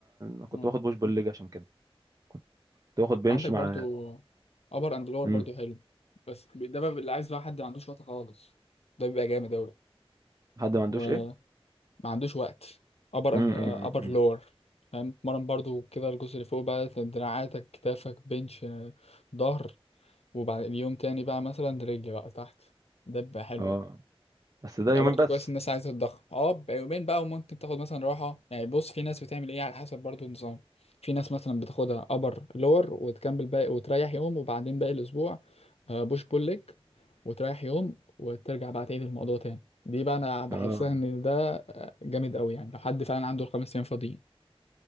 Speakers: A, on the right (about 35°); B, on the left (about 80°).
A: فكنت
B: اه
A: باخد بوش بول ليج عشان كده كنت باخد بنش
B: عندك
A: مع
B: برضو ابر اند لور
A: امم
B: برضو حلو بس ده بقى اللي عايز بقى حد ما عندوش وقت خالص ده بيبقى جامد
A: حد ما عندوش
B: اوي
A: ايه
B: ما عندوش وقت ابر
A: امم
B: ان
A: أمم،
B: ابر
A: أمم.
B: لور فاهم اتمرن برضو كده الجزء اللي فوق بقى دراعاتك كتافك بنش آه، ظهر وبعد اليوم تاني بقى مثلا رجل بقى تحت ده بيبقى حلو
A: اه بس ده
B: بقى
A: يومين
B: برضو
A: بس
B: كويس الناس عايزة تتضخم اه بقى يومين بقى وممكن تاخد مثلا راحة يعني بص في ناس بتعمل ايه على حسب برضو النظام في ناس مثلا بتاخدها ابر لور وتكمل باقي وتريح يوم وبعدين باقي الاسبوع بوش بول ليج وتريح يوم وترجع بقى تعيد الموضوع تاني دي بقى انا بحسها
A: اه
B: ان ده آه، جامد قوي يعني لو حد فعلا عنده الخمس ايام فاضيين